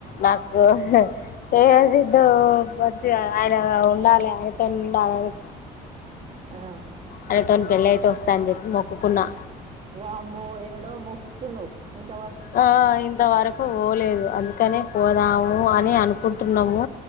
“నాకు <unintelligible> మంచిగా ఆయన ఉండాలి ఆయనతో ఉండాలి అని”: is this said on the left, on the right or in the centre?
Left